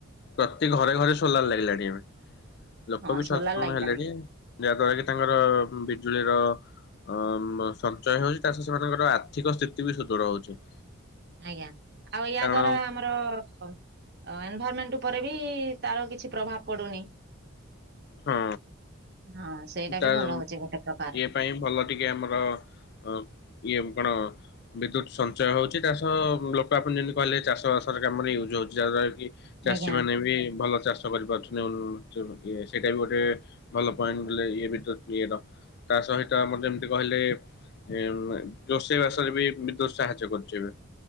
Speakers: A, on the left; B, on the right.
A: ପ୍ରତି ଘରେ ଘରେ ସୋଲାର ଲାଗିଲାଣି ଏ ଲୋକ
B: ହଁ
A: ବି ସଚେତନ
B: ସୋଲାର ଲାଗିଲାଣି
A: ହେଲେଣି ଯାହା ଦ୍ଵାରା କି ତାଙ୍କର ବିଜୁଳିର ଅ ସଞ୍ଚୟ ହଉଛି ତା ସ ସେମାନଙ୍କର ଆର୍ଥିକ ସ୍ଥିତି ବି ସୁଦୃଢ ହଉଛି।
B: ଆଜ୍ଞା ଆଉ ୟା
A: କାରଣ
B: ଦ୍ଵାରା ଆମର ଏନଭାରମେଣ୍ଟ ଉପରେ ବି ତାର କିଛି ପ୍ରଭାବ ପଡୁନି।
A: ହଁ
B: ହଁ ସେଇଟା
A: ତା
B: ବି ଭଲ ହଉଛି ଗୋଟେ ପ୍ରକାର
A: ଇଏ ପାଇଁ ଭଲ ଟିକେ ଆମର ଅ ଇଏ କଣ? ବିଦ୍ୟୁତ ସଞ୍ଚୟ ହଉଛି ତା ସହ ଲୋକ ଆପଣ ଯେମିତି କହିଲେ ଚାଷ ବାସରେ କାମରେ ୟୁଜ୍ ହଉଛି ଯାହାଦ୍ଵାରା କି ଚାଷୀ
B: ଆଜ୍ଞା
A: ମାନେ ବି ଭଲ ଚାଷ କରିପାରୁଛନ୍ତି। ଇଏ ସେଇଟା ବି ଗୋଟେ ଭଲ ପଏଣ୍ଟ ବୋଲେ ୟେ ବିଦ୍ୟୁତ ୟେର ତା ସହିତ ଆମର ଯେମତି କହିଲେ ରୋଷେଇ ବାସରେ ବି ବିଦ୍ୟୁତ ସାହାଯ୍ୟ କରୁଛି ଏବେ।